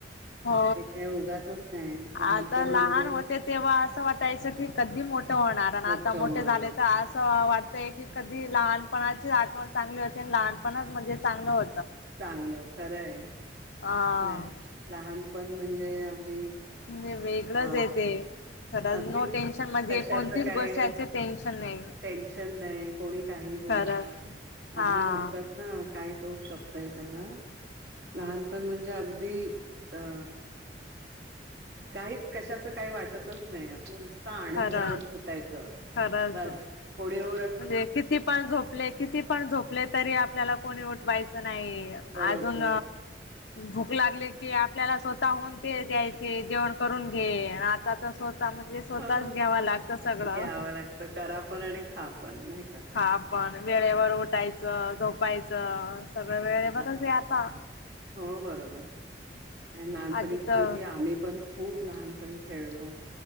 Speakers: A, on the left (about 80°); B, on the right (about 75°).
A: हो
B: ते काय उगाचच नाही लहानपण
A: आता लहान
B: म्हणजे
A: होते तेव्हा अ सं वाटायच की कधी मोठं होणार आणि
B: मोठं
A: आता
B: होणार
A: मोठे झाले तर असं वाट ते की कधी लहानपणाची आठवण चांगली होती आणि लहानपणाच म्हणजे चांगलं हो
B: चांगलं खरंय
A: हा
B: ला लहानपण म्हणजे अगदी
A: म्हणजे वेगळंचय
B: अ
A: ते खरंच
B: अगदी
A: नो टेन्शन म्हणजे
B: कशाच
A: कोणतीच
B: काय
A: गोष्टचे टेन्शन नाही
B: टेन्शन नाही, कोणी काही <unintelligible> बोला
A: खरंच हा
B: अगदी म्हणतात ना काय तो शब् दय त्याला लहानपण म्हणजे अगदी अ काहीच कशाचं काही वाटतच नाही आपलं नुस ता आनंद
A: खरंच
B: घेत सुटायच
A: खरंच
B: बास कोणी ओ
A: म्हणजे किती पण झोपले, किती पण झोपले तरी आप पल्याला कोणी उठवायचं नाही
B: बरोबर
A: आजून भूक लागली की आपल्याला स्वतः हून ते द्यायचे जेवण करून घे, आन आता तर स्वतः म्हणजे स्वतःच
B: हो
A: घ्यावा लागत सगळं
B: घ्यावं लागतं करा पण आणि खा पण नाही का
A: खा पण वेळेवर उठायचं, झोपायचं. सगळ वेळेवरच
B: घरात
A: ये आता
B: हो बरोबर आणि लहानपणी
A: आधी
B: किती
A: तर
B: आम्ही पण खूप लहानपणी खेळलो.